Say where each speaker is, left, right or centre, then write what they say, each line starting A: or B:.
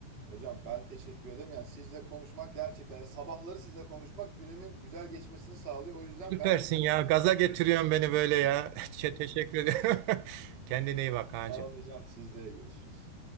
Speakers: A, on the right; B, on the right.
A: Hocam ben teşekkür ederim. Yani sizle konuşmak gerçekten yani sabahları sizle konuşmak günümün güzel geçmesini sağlıyor. O yüzden
B: Süpersin
A: ben teşekkür
B: ya.
A: ederim.
B: Gaza getiriyorsun beni böyle ya. <laughs> Te- Teşekkür ederim. <laughs> Kendine iyi bak Kaan'cığım.
A: Sağ olun hocam. Sizle görüşürüz.